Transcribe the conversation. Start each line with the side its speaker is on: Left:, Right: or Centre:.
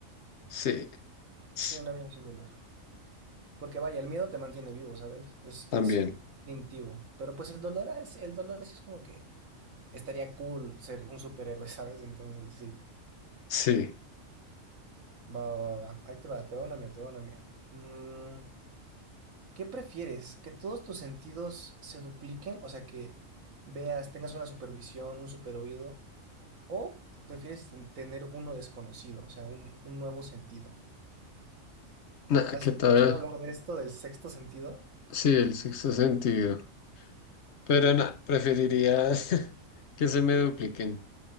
Left: Sí. <sniffs>
Right: Sí, una vida sin dolor. Porque vaya, el miedo te mantiene vivo, ¿sabes? Es,
Left: También.
Right: es instintivo. Pero pues el dolor es, el dolor sí es como que estaría cool ser un superhéroe, <laughs> ¿sabes? Entonces, sí.
Left: Sí.
Right: Va, va, va. va. Ahí te va, te va una mía, te va una mía. Mm, ¿qué prefieres? ¿Que todos tus sentidos se dupliquen? O sea, que veas, tengas una supervisión, un superoído ¿O prefieres ten- tener uno desconocido, o sea, un, un nuevo sentido?
Left: Nah,
Right: ¿Has
Left: ¿qué tal?
Right: escuchado hablar de esto, del sexto sentido?
Left: Sí, el sexto sentido. Pero nada, preferiría <laughs> que se me dupliquen